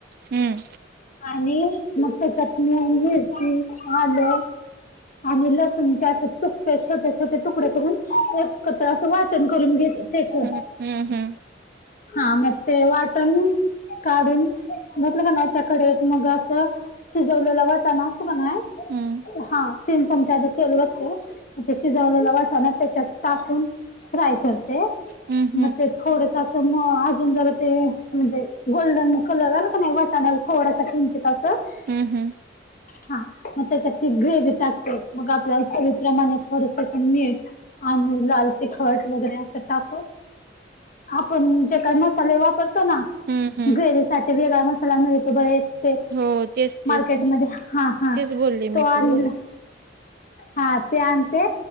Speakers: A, on the right (about 55°); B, on the left (about 45°).
A: हम्म
B: आणि मग चटणी मिरची आलू आणि लसूणचे असे तुकट छोटे छोटे तुकडे करून एक कच्रचं वाटण करून घेते त्याच
A: हम्म हम्म हम्म
B: हा मग ते वाटण काढून घेतलंका मग असं शिजवलेला वाटाण असतोकानाय
A: हं,
B: हा तीन चमच्याध तेल वते मग ते शिजवलेला वाटाण त्याच्यात टाकून फ्राय करते
A: हं, हं,
B: मग ते थोडसा तर म अजून जरा ते म्हणजे गोल्डन कलर आलं का नाही वाटाणाला थोडासा किंचित असं.
A: हम् हम्.
B: <unintelligible> हा मग त्याच्यात ती ग्रेवी टाकते मग आपल्या चवी प्रमाणे थोडंस मीठ. आणि लाल तिखट वगैरे असं टाकून. आपण जे काही मसाले वापरतो ना
A: हं, हं.
B: ग्रेवी साठी वेगळा मसाला मिळतो ब एक. ते,
A: हो. तेच,
B: मार्केटमध्ये
A: तेच.
B: हा हा
A: तेच बोलले
B: तो
A: मी
B: आनला.
A: पण मगाशी.
B: हा ते आणते